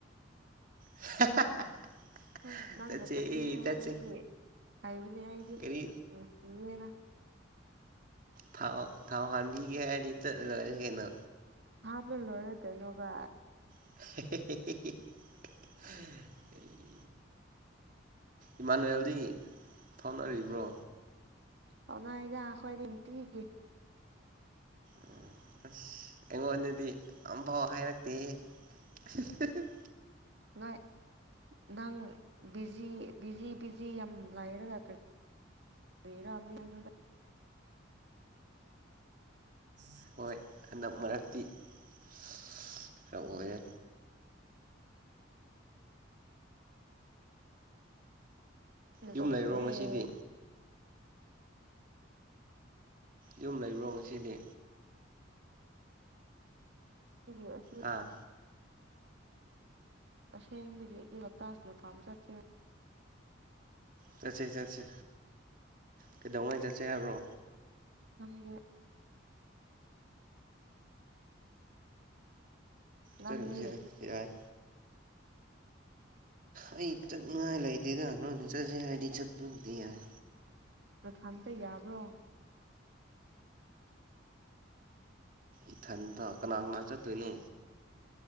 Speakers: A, on the right; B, on the right.
A: <unintelligible>
B: ꯅꯪ ꯅꯪꯅ
A: ꯆꯠꯁꯦ
B: ꯆꯠꯅꯤꯡꯉꯦ
A: ꯆꯠꯁꯦ
B: ꯍꯥꯏꯕꯒꯤ ꯍꯥꯏꯕꯅꯦ ꯑꯩꯗꯤ
A: ꯒꯥꯔꯤ
B: ꯅꯨꯡꯁꯤꯌꯦꯅ
A: ꯊꯥꯎ ꯊꯥꯎ ꯍꯥꯟꯕꯤꯒꯦ ꯍꯥꯏꯔꯗꯤ ꯆꯠ ꯂꯣꯏꯔꯦ ꯀꯩꯅꯣ
B: ꯍꯥꯞꯄ ꯂꯣꯏꯔꯦ ꯀꯩꯅꯣꯕ
A: <unintelligible> ꯍ ꯑꯩ ꯏꯃꯥꯅꯨꯋꯦꯜꯗꯤ ꯐꯥꯎꯅꯔꯤꯕ꯭ꯔꯣ
B: ꯐꯥꯎꯅꯔꯤꯗ ꯑꯩꯈꯣꯏꯗꯤ ꯅꯨꯡꯇꯤꯒꯤ
A: ꯎꯝ ꯑꯁ ꯑꯩꯉꯣꯟꯗꯗꯤ ꯑꯝꯐꯥꯎ ꯍꯥꯏꯔꯛꯇꯦ <unintelligible>
B: ꯉꯥꯏ <unintelligible> ꯅꯪ ꯕꯤꯖꯤ ꯕꯤꯖꯤ ꯕꯤꯖꯤ ꯌꯥꯝ ꯂꯥꯏꯔꯒ ꯀꯔꯤ ꯐꯦ ꯔꯥꯝ ꯃꯤ ꯑꯩ ꯉꯣꯟꯗ <unintelligible> ꯎꯝ <unintelligible>
A: ꯍꯣꯏ ꯍꯟꯗꯛ ꯃꯔꯛꯇꯤ <unintelligible> ꯈꯔ ꯑꯣꯏꯔꯦ ꯌꯨꯝ
B: ꯀꯣꯜ
A: ꯂꯩꯕ꯭ꯔꯣ
B: ꯇꯧꯋꯦ
A: ꯉꯁꯤꯗꯤ
B: ꯑꯩꯒꯤ
A: ꯌꯨꯝ ꯂꯩꯕ꯭ꯔꯣ ꯉꯁꯤꯗꯤ
B: <unintelligible>
A: ꯑꯥ
B: ꯑꯁꯦꯡꯕꯗꯤ ꯑꯩꯗꯤ ꯍꯞꯇꯥꯁꯤꯗ ꯐꯥꯝ ꯆꯠꯁꯦ
A: ꯆꯠꯁꯤ ꯆꯠꯁꯤ ꯀꯩꯗꯧꯉꯩ ꯆꯠꯁꯦ ꯍꯥꯏꯕ꯭ꯔꯣ
B: ꯈꯪꯗꯦ ꯅꯪꯗꯤ
A: ꯆꯠꯂꯨꯁꯤꯗ ꯌꯥꯏ ꯑꯩ ꯆꯠꯅꯤꯡꯉꯥꯏ ꯂꯩꯇꯦꯗ ꯅꯣꯏꯅ ꯆꯠꯁꯦ ꯍꯥꯏꯔꯗꯤ ꯆꯠꯄꯕꯨꯗꯤ ꯌꯥꯏ
B: ꯅꯊꯥꯟꯇ ꯌꯥꯕ꯭ꯔꯣ
A: ꯏꯊꯟꯇ ꯀꯅꯥ ꯀꯅꯥ ꯆꯠꯇꯣꯏꯅꯣ